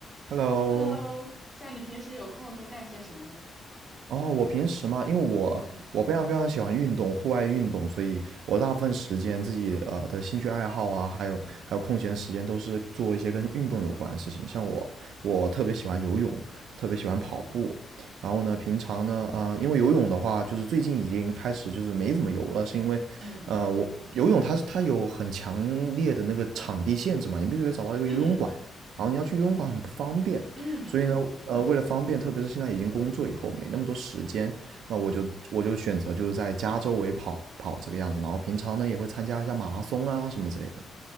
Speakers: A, on the right (about 85°); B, in the centre.
A: Hello，
B: Hello，像你平时有空都干些什么呢？
A: 哦，我平时嘛，因为我我非常非常喜欢运动，
B: 嗯
A: 户外运动，所以我大部分时间自己呃的兴趣爱好啊，还有还有空闲时间都是做一些跟运动有关的事情。像我，我特别喜欢游泳，特别喜欢跑步。然后呢，平常呢，呃，因为游泳的话，就是最近已经开始就是没怎么游了，是因为，
B: 嗯
A: 呃，我游泳它是它有很强烈的那个场地限制嘛，你必须得找到一个游泳馆。
B: 嗯
A: 然后你要去游泳馆很不方便，
B: 嗯，
A: 所以呢，呃，为了方便，特别是现在已经工作以后没那么多时间，那我就我就选择就是在家周围跑跑这个样子，然后平常呢也会参加一下马拉松啊什么之类的。